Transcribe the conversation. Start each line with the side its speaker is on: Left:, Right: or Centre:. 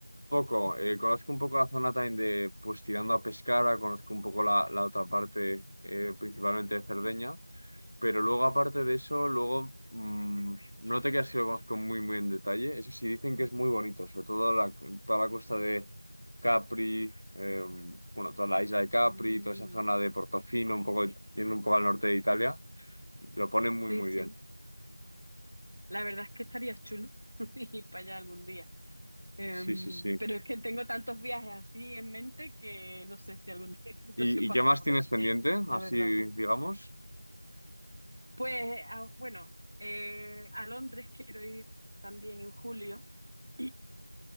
Left: Poco, eh, conozco un poco la zona también de, pues tirando a Pescara, conozco un poco la, la otra parte, eh, principalmente de Cerdeña, pero luego aparte de eso, luego mm, no te creas que lo conozco muy, muy en detalle, eso sí dicen que es muy bonito, sobre todo la, toda la costa de Capri, eh, bueno, toda la isla de Capri,
Right: Mm,
Left: toda esa zona de Portofino, un poco, yendo un poco al norte de Italia, lo ponen muy,
Right: sí,
Left: muy
Right: sí.
Left: bien.
Right: La verdad es que estaría chulo <laughs> ir para allá algún día. Em,
Left: Sí, sí, sí.
Right: pero es que tengo tantos viajes así en mente que no sé si algún día, <laughs>
Left: ¿Y,
Right: no sé cuándo
Left: y qué más
Right: podré
Left: tienes
Right: ir,
Left: pendiente?
Right: la
Left: Así,
Right: verdad.
Left: digamos,
Right: Pues, a- bueno, eh, a Londres quiero ir también en julio. <clears throat>